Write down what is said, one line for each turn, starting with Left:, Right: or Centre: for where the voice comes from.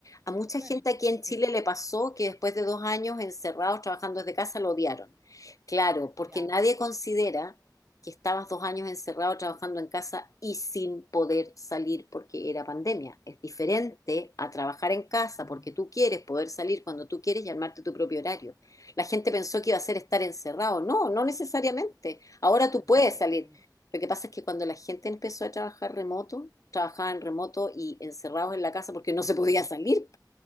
Left: a mucha
Right: Bueno,
Left: gente aquí en
Right: sí,
Left: Chile le pasó que después de dos años encerrados trabajando desde casa lo odiaron. Claro, porque
Right: ya.
Left: nadie considera que estabas dos años encerrado trabajando en casa y sin poder salir porque era pandemia. Es diferente a trabajar en casa porque tú quieres poder salir cuando tú quieres y armarte tu propio horario. La gente pensó que iba a ser estar encerrado. No, no necesariamente. Ahora
Right: No,
Left: tú
Right: no
Left: puedes
Right: necesariamente.
Left: salir. Lo que pasa es que cuando la gente empezó a trabajar remoto, trabajaban remoto y encerrados en la casa porque no se podía salir.